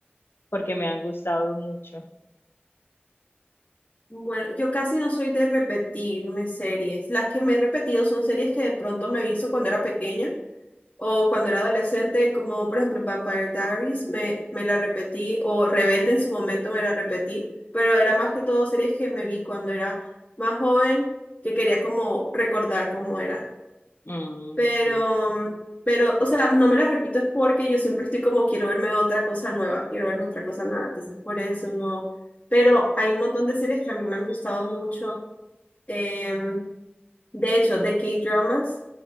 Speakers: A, on the left (about 65°); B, on the left (about 35°).
A: porque me han gustado mucho.
B: Bueno, yo casi no soy de repetirme series. Las que me he repetido son series que de pronto me visto cuando era pequeña o cuando era adolescente, como por ejemplo Vampire Diaries, me, me la repetí, o Rebelde en su momento me la repetí, pero era más que todo series que me vi cuando era más joven, que quería como recordar cómo era
A: Mm,
B: pero,
A: sí.
B: pero, o sea, no me las repito es porque yo siempre estoy como, quiero verme otra cosa nueva, quiero verme otra cosa nueva, entonces por eso no. Pero hay un montón de series que a mí me han gustado mucho. em, de hecho, de K-dramas,